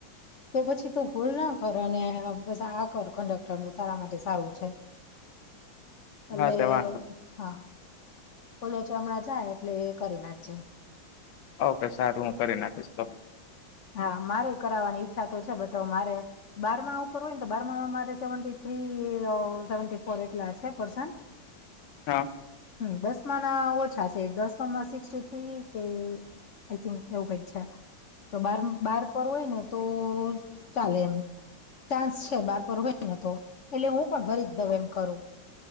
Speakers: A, on the left; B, on the left.
A: તો પછી તો ભૂલ ના કર બસ આ કન્ડક્ટર નું તારા માટે સારું છે, ભલે
B: હા તે વાંધો
A: હા બોલો ચો હમણાં જાય એટલે એ કરી નાખજે
B: ઓકે સારું હું કરી નાખીશ તો
A: હા મારે કરાવવાની ઈચ્છા તો છે બટ મારે બારમા કરવુંયને તો બારમામાં મારે સેવી થ્રી સેવન્ટી ફોર એટલા છે, પર્સન
B: હા
A: હમ દસમા ના ઓછા છે, દસમામાં સિક્સી થ્રી કે આઈ થિંક એવું કઈક છે. તો બાર બાર પર હોય ને તો ચાલે એમ ચાન્સ છે, બાર પર હોય ને તો એટલે હું પણ ફરી જ દઉ એમ કરું,